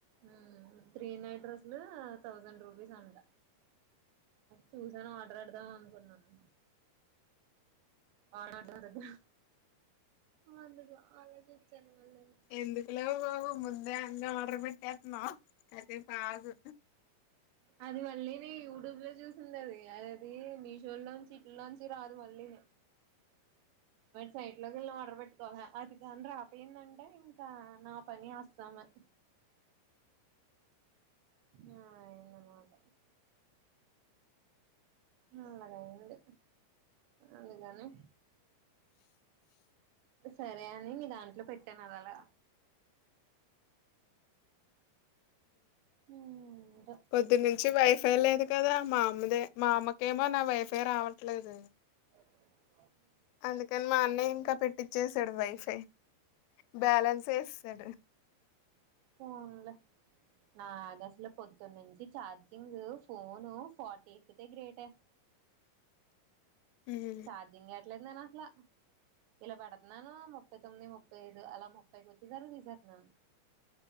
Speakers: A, on the right; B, on the left.
A: హ్మ్ త్రీ నైట్ డ్రెస్లు థౌజండ్ రూపీస్ అంట చూసాను ఆర్డర్ పెడ దాం అనుకున్నాను ఆడ <unintelligible> ధెగ్గారా అందుగా అలా చూచ్చాను మళ్ళీ
B: ఎందుకులే బాబు ముందే ఆర్డర్ పెట్ న్నా ద అది బగు
A: అది వళ్ళనే దుబ్లో చూసింది ఆది అది మిషోలోంచి ఇట్లోంచి రాదు మళ్ళీ సైట్ లోకి వెళ్ళా ఆర్డర్ పెట్ ఆ అది కంద్ర యెందంటే ఇంకా నా పని అస్సామీ ఆ ఎన్నమాట అలాగయింది అందుకని సరే అని మీ దానికి అ పెట్టన అదలా ఏంటో
B: పొద్దు నుంచి వైఫై లేదు కదా మా అమ్మదే మా అమ్మకేమో నా వైఫై రావట్లేదు
A: ఎ
B: అందుకని మా అన్నయ్య ఇంకా పెట్టి చేసడ వైఫై బ్యాలెన్స్ వేస్తాడు
A: పోన్లే నా దసలు పొద్దున్నంచి చఛార్జింగ్ ఫోను ఫార్టీ ఎయిత్తే గ్రేట
B: ఉమ్
A: చార్జింగ్ <unintelligible> ఇలా పడ నాను ముప్పై తొమ్మిది ముప్పై ఐదు అలా ముప్పైకి వచ్చి తర్వాత తీసారున్నాను